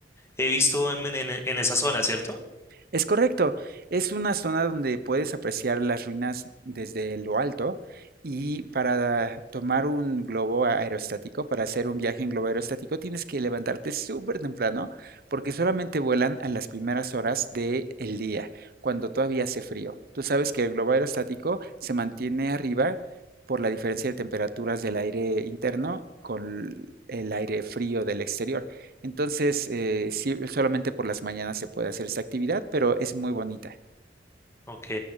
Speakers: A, on the left; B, on the right.
A: He visto en, en- en esa zona, ¿cierto?
B: Es correcto, es una zona donde puedes apreciar las ruinas desde lo alto y para tomar un globo aerostático, para hacer un viaje en globo aerostático, tienes que levantarte súper temprano porque solamente vuelan a las primeras horas del día, cuando todavía hace frío. Tú sabes que el globo aerostático se mantiene arriba por la diferencia de temperaturas del aire interno con el aire frío del exterior. Entonces, eh, sí, eh, solamente por las mañanas se puede hacer esta actividad, pero es muy bonita.
A: Ok,